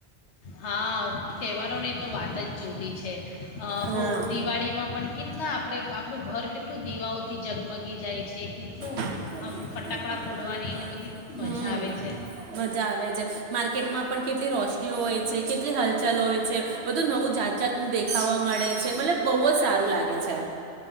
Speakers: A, on the left; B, on the right.
A: હા તહેવારો ની તો વાત જ જુદી છે. અ
B: હા
A: હો દિવાળીમાં પણ કેટલા આપ આપણે આપણું ઘર કેટલું દીવાઓથી જગમગી જાય છે કેટલું
B: હમ્મ
A: આમ ફટાકડા ફોડવાની ને બધી કેટલી મજા આવે છે
B: મજા આવે છે માર્કેટમાં પણ કેટલી રોશનીઓ હોય છે. કેટલી હલચલ હોય છે. બધું નવું જાત જાતનું દેખાવા મળે છે મતલબ બહુ જ સારું લાગે. ગે છે.